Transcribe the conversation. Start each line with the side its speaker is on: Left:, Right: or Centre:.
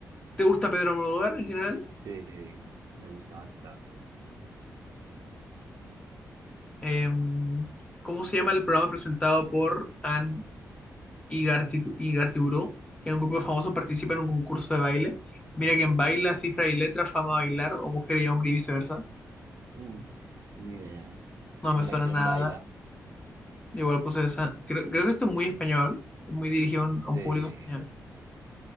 Left: ¿Te gusta Pedro Almodóvar en general?
Right: de- me gusta bastante.
Left: Eh, ¿cómo se llama el programa presentado por Anne Igartitu- Igartiburu? Que en un grupo de famosos participa en un concurso de baile. Mira que en baila, cifra y letra, fama bailar, o mujer y hombre y viceversa.
Right: Mm, ni idea.
Left: No
Right: Mira
Left: me suena
Right: quién
Left: nada.
Right: baila.
Left: Igual puse esa. Creo, creo que esto es muy español, muy dirigido a un a
Right: De,
Left: un público español.